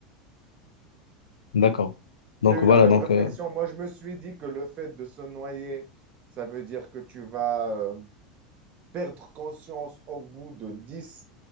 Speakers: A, on the left; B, on the right.
A: D'accord. Donc
B: J'ai eu
A: voilà,
B: la même
A: donc,
B: réflexion.
A: euh,
B: Moi, je me suis dit que le fait de se noyer, ça veut dire que tu vas, euh, perdre conscience au bout de 10,